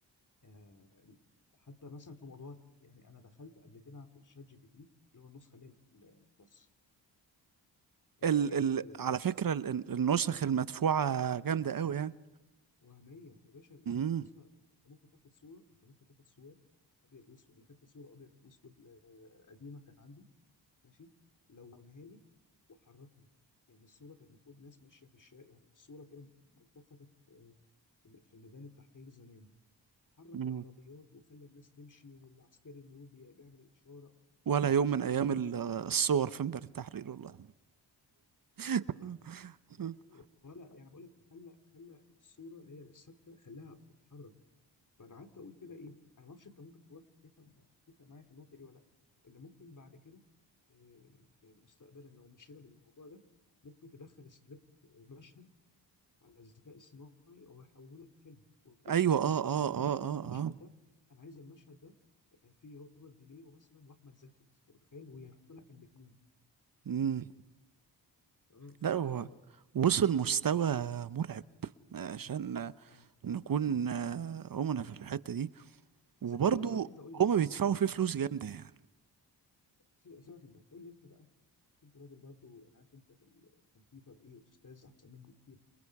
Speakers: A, on the left; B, on the right.
A: آه حتى مثلا في موضوع يعني انا دخلت قبل كده في الشات جي بي تي اللي هو النسخه اللي هي ال- البلس آه
B: ال
A: جبت
B: ال
A: جبت
B: على فكرة ال- ال- النسخ المدفوعة جامدة قوي يعني
A: وهميه يا باشا اسلو-
B: امم
A: نسخه انت ممكن تاخد صوره انت ممكن تاخد صوره ابيض واسود انا خدت صوره ابيض واسود آه، قديمه كانت عندي ماشي لونها لي وحركها يعني الصوره كانت المفروض ناس ماشيه في الشارع يعني الصوره كده ملتقطه في آه، في في ميدان التحرير زمان حرك
B: أمم.
A: العربيات وخلى الناس تمشي والعسكري المرور بي- بيعمل الاشاره
B: ولا يوم
A: تخيل
B: من ايام
A: عملها
B: ال-
A: فيديو
B: الصور في ميدان التحرير والله <laughs>
A: اه ولا ولا- يعني بقول لك خلى خلى الصوره اللي هي الثابته خلاها بتتحرك فانا قعدت اقول كده ايه انا ما اعرفش انت ممكن توافق تفهم تفهم معايا في النقطه دي ولا لا اللي ممكن بعد كده آه، يعني مستقبلا لو مشينا بالموضوع ده ممكن تدخل سكريبت آه، مشهد على الذكاء الصناعي وهو يحوله لك فيلم وتكتب
B: ايوه
A: مثلا
B: اه
A: انا
B: اه
A: عايز
B: اه
A: الفيلم
B: اه
A: المشهد
B: اه
A: ده انا عايز المشهد ده آه، فيه روبرت دينيرو مثلا واحمد زكي مثلا انت متخيل ويحط لك الاثنين
B: امم
A: اه فال
B: لا هو
A: اه
B: وصل مستوى مرعب عشان
A: آه،
B: نكون آه، أمنا في الحتة دي
A: بس
B: وبرضو
A: انت قول لي بقى انت قول لي بقى
B: هما
A: عشان
B: بيدفعوا
A: عارف إن-
B: فيه فلوس
A: انا
B: جامدة
A: أنت-
B: يعني
A: سيبك من ده قول لي انت بقى انت راجل برضو انا عارف انت في الكمبيوتر ايه استاذ احسن مني كتير